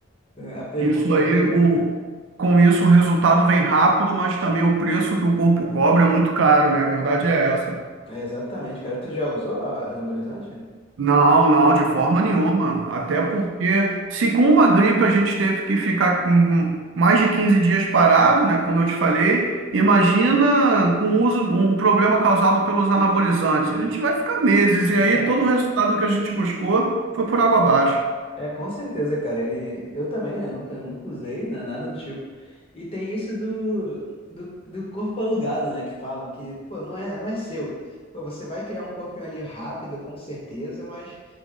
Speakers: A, on the left (about 30°); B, on the right (about 65°).
A: É, A pergunta.
B: Isso aí,
A: <laughs>
B: o, com isso, o resultado vem rápido, mas também o preço que o corpo cobra é muito caro, né? A verdade é essa.
A: É, exatamente, cara. Tu já usou a- anabolizante?
B: Não, não, de forma
A: Não.
B: nenhuma. Até
A: Uhum.
B: porque, se com uma gripe a gente teve que ficar com mais de 15 dias parado, né? Como eu te falei, imagina com o uso, um problema causado pelos anabolizantes. A gente vai ficar meses, e aí
A: É.
B: todo o resultado que a gente buscou foi por água abaixo.
A: É, com certeza, cara. E eu também, né? Nunca, nunca usei, né? Nada do tipo. E tem isso do, do, do corpo alugado, né? Que falam que, pô, não é, não é seu. Pô, você vai criar um corpinho ali rápido, com certeza, mas